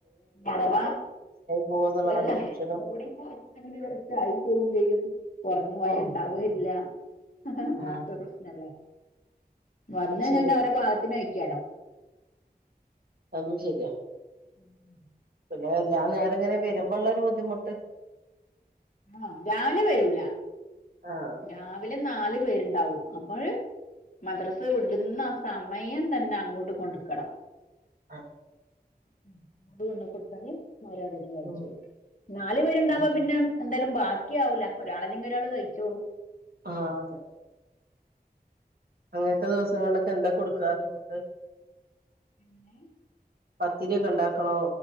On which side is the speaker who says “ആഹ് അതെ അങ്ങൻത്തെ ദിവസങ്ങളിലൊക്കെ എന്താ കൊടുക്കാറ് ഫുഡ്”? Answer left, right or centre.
Right